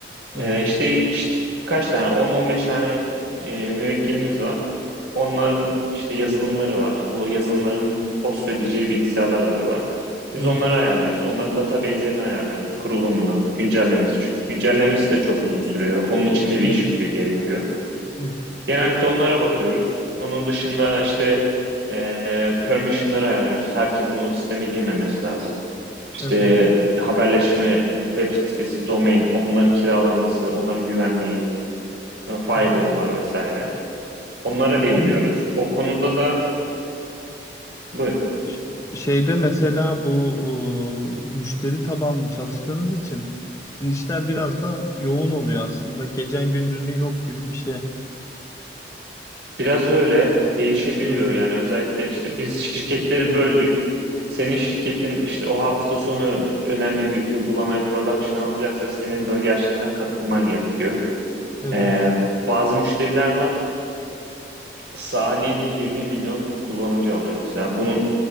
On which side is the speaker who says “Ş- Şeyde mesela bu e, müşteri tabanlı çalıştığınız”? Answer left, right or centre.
Left